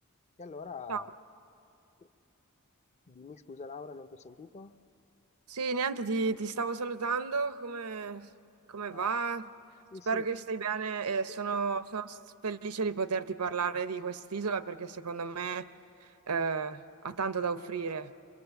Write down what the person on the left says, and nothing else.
E allora,
eh, dimmi scusa Laura, non ti ho sentito?
Eh. Sì,
sì.
Sì, sì.